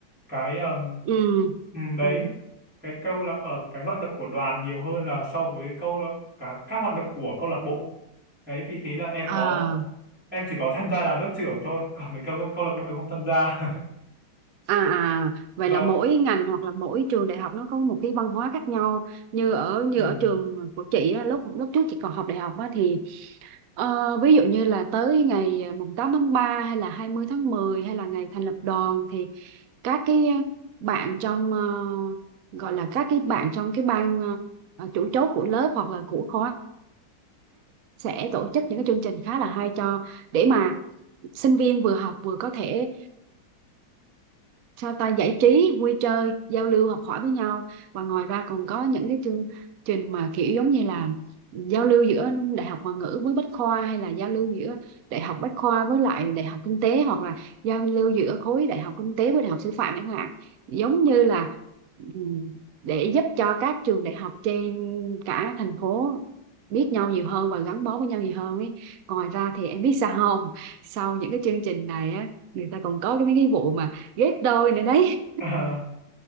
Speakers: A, in the centre; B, on the right (about 75°).
A: Cái ừm,
B: ừ
A: ừm, đấy
B: ừ
A: cái câu lạc ở cái hoạt động của đoàn nhiều hơn là so với câu lạc- cả các hoạt động của câu lạc bộ. Đấy vì thế là em
B: à
A: có em chỉ có tham gia là lớp trưởng thôi, còn mấy câu câu lạc bộ em không tham gia.
B: à à vậy
A: <laughs> Vâng.
B: là mỗi ngành hoặc là mỗi trường đại học nó có một cái văn hóa khác nhau như ở như
A: Ừm.
B: ở trường của chị á, lúc lúc trước chị còn học đại học á, thì Ờ, ví dụ như là tới ngày à, mùng 8 tháng ba hay là 20 tháng 10 hay là ngày thành lập đoàn thì các cái bạn trong ờ, gọi là các cái bạn trong cái ban ờ, ờ, chủ chốt của lớp hoặc là của khóa sẽ tổ chức những cái chương trình khá là hay cho để mà sinh viên vừa học vừa có thể sao ta giải trí vui chơi giao lưu học hỏi với nhau và ngoài ra còn có những cái chương trình mà kiểu giống như là giao lưu giữa đại học ngoại ngữ với bách khoa hay là giao lưu giữa đại học bách khoa với lại đại học kinh tế hoặc là giao lưu giữa khối đại học kinh tế với đại học sư phạm chẳng hạn giống như là ừm, để giúp cho các trường đại học trên cả thành phố biết nhau nhiều hơn và gắn bó với nhau nhiều hơn ấy. Ngoài ra thì em biết sao không? Sau những cái chương trình này á, người ta còn có cái mấy cái vụ mà ghép đôi nữa đấy
A: <laughs> À,